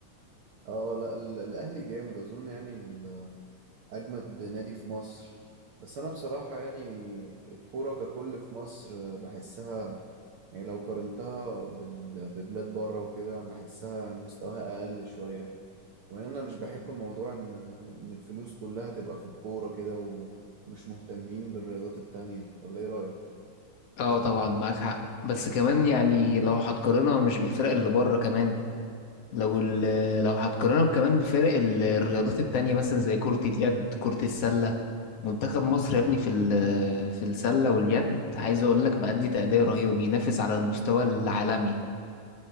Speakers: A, on the right (about 70°); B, on the left (about 60°).
A: اه لا ال- الاهلي جامد اظن يعني ال- اجمد نادي في مصر بس انا بصراحة يعني الكورة ككل في مصر بحسها يعني لو قارنتها بال- ببلاد بره وكده بحسها مستواها اقل شوية وان انا مش بحب موضوع ان ان الفلوس كلها تبقى في الكورة كده ومش مهتمين بالرياضات التانية ولا ايه رأيك؟
B: اه طبعا معاك حق بس كمان يعني لو هتقارنها مش بالفرق اللي بره كمان لو ال- لو هتقارنها كمان بفرق ال- الرياضات التانية مثلا زي كرة اليد كرة السلة منتخب مصر يا ابني في ال- في السلة واليد عايز اقول لك مأدي تأدية رهيبة بينافس على المستوى العالمي